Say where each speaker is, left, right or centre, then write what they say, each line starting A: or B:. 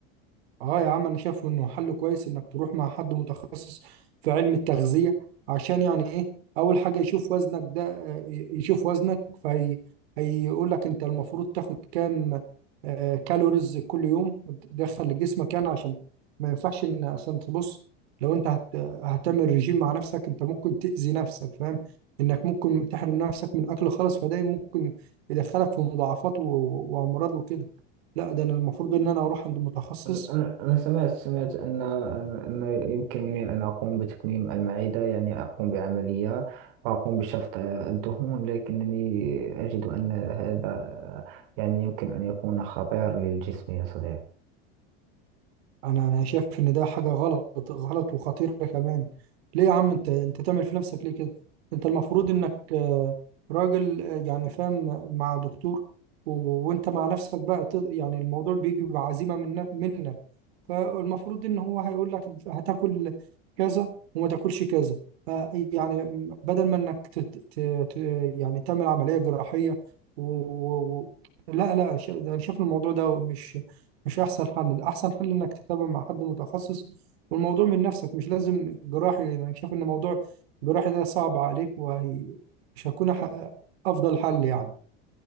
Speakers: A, on the right; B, on the right.
A: اه يا عم انا شايف انه حل كويس انك تروح مع حد متخصص في علم التغذية عشان يعني ايه اول حاجة يشوف وزنك ده آه، ي- يشوف وزنك فهي هيقول لك انت المفروض تاخد كام آه، كالوريز كل يوم تدخل لجسمك يعني عشان ما ينفعش ان عشان تبص لو انت هت... هتعمل رجيم مع نفسك انت ممكن تأذي نفسك فاهم انك ممكن تحرم نفسك من اكل خالص فده ممكن يدخلك في مضاعفات و... وامراض وكده لا ده انا المفروض ان انا اروح عند متخصص
B: أنا أنا سمعت سمعت أن أن يمكنني أن أقوم بتكميم المعدة يعني أقوم بعملية وأقوم بشفط الدهون لكنني أجد أن هذا يعني يمكن أن يكون خطير للجسم يا صديقي
A: انا انا شايف ان ده حاجه غلط غلط وخطيره كمان ليه يا عم انت انت تعمل في نفسك ليه كده انت المفروض انك آه، راجل آه، يعني فاهم مع دكتور و- وانت مع نفسك بقى ت- يعني الموضوع بيجي بعزيمه من منك فالمفروض ان هو هيقول لك هتاكل كذا وما تاكلش كذا آه، يعني بدل ما انك ت... ت... ت... يعني تعمل عملية جراحية و... و... و- لا لا ش... انا شايف الموضوع ده مش مش احسن حل الاحسن حل انك تتابع مع حد متخصص والموضوع من نفسك مش لازم جراحي يعني انا شايف ان موضوع الجراحي ده صعب عليك وهي مش هيكون ح- افضل حل يعني